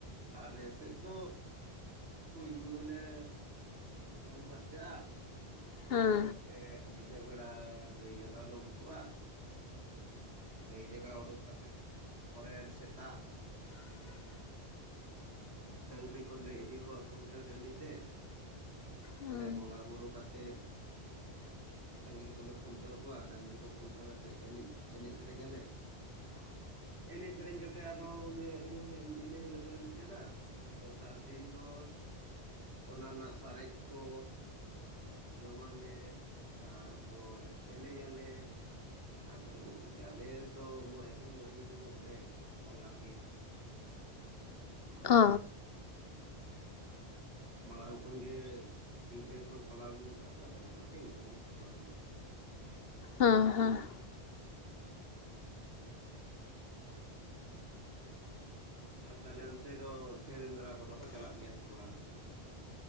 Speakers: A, on the right; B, on the left.
A: ᱟᱞᱮ ᱥᱮᱫ ᱫᱚ ᱯᱩᱭᱞᱩ ᱫᱚᱞᱮ ᱩᱢ ᱯᱷᱟᱨᱪᱟᱜᱼᱟ, ᱩᱢ ᱯᱷᱟᱨᱪᱟ
B: ᱦᱩᱸ
A: ᱠᱟᱛᱮ, ᱛᱮᱫ ᱧᱤᱫᱟᱹ ᱵᱮᱲᱟ ᱜᱟᱹᱭ ᱡᱟᱜᱟᱣ ᱞᱮ ᱩᱰᱩᱠᱚᱜᱼᱟ ᱾ ᱜᱟᱹᱭ ᱡᱟᱭᱜᱟ ᱳᱰᱳᱠ ᱠᱟᱛᱮᱫ ᱯᱚᱨᱮᱨ ᱥᱮᱛᱟᱜ, ᱠᱷᱩᱱᱴᱟ ᱟᱫᱚ ᱰᱟᱹᱝᱨᱤ ᱠᱚᱞᱮ ᱤᱫᱤ ᱠᱚᱣᱟ ᱠᱷᱩᱱᱴᱟᱹᱣ ᱴᱟᱺᱰᱤ ᱛᱮ ᱾
B: ᱦᱩᱸ
A: ᱚᱸᱰᱮ ᱵᱚᱸᱜᱟᱼᱵᱩᱨᱩ ᱠᱟᱛᱮᱫ, ᱰᱟᱹᱝᱨᱤ ᱠᱚᱞᱮ ᱠᱷᱩᱱᱴᱟᱹᱣ ᱠᱚᱣᱟ, ᱰᱟᱝᱝᱨᱤ ᱠᱚ ᱠᱷᱩᱱᱴᱟᱹᱣ ᱠᱟᱛᱮᱜ ᱮᱱᱮᱡ ᱮᱱᱮᱡ ᱥᱮᱨᱮᱧ ᱟᱞᱮ ᱾
B: <inaudible>
A: ᱮᱱᱮᱡ ᱥᱮᱨᱮᱧ ᱠᱟᱛᱮ, ᱟᱫᱚ ᱚᱱᱮ ᱤᱱᱟᱹ ᱦᱤᱞᱳᱜ ᱫᱚᱞᱮ ᱢᱩᱪᱟᱹᱫᱟ ᱾ ᱟᱨ ᱫᱚᱥᱟᱨ ᱫᱤᱱ ᱫᱚ ᱚᱱᱟ ᱨᱮᱱᱟᱜ ᱥᱟᱨᱮᱡ, ᱠᱚ ᱡᱚᱢᱟᱞᱮ ᱛᱟᱨᱯᱚᱨ ᱮᱱᱮᱡᱟᱞᱮ ᱾ ᱟᱫᱚᱞᱮ ᱢᱩᱪᱟᱹᱛ ᱠᱮᱜ-ᱟ ᱾ ᱟᱞᱮ ᱫᱚ ᱢᱚᱬᱮᱸ ᱥᱤᱧ ᱢᱚᱬᱮᱸ ᱧᱤᱫᱟᱹ ᱫᱚ ᱵᱟᱞᱮ ᱯᱟᱞᱟᱣ ᱜᱮᱭᱟ ᱾
B: ᱚ ᱾
A: ᱢᱟᱲᱟᱝ ᱠᱷᱚᱱᱜᱮ ᱤᱱᱠᱟᱹ ᱠᱚ ᱯᱟᱞᱟᱣ ᱟᱹᱜᱩ ᱠᱟᱜ-ᱟ ᱛᱚ, ᱟᱫᱚ ᱚᱱᱟᱛᱮ ᱤᱱᱠᱟᱹ ᱜᱮᱞᱮ ᱯᱟᱞᱟᱣ ᱜᱮᱭᱟ ᱾
B: ᱦᱚᱸ ᱦᱚᱸ ᱾
A: ᱟᱨ ᱛᱟᱞᱦᱮ ᱚᱱᱛᱮ ᱫᱚ ᱥᱮᱸᱫᱽᱨᱟ ᱠᱚᱫᱚ ᱠᱚ ᱪᱟᱞᱟᱜ ᱜᱮᱭᱟ ᱥᱮ ᱵᱟᱝ?